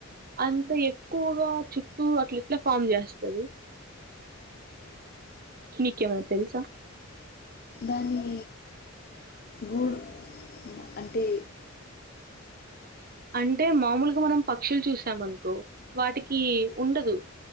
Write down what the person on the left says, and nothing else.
దాని గూడు అంటే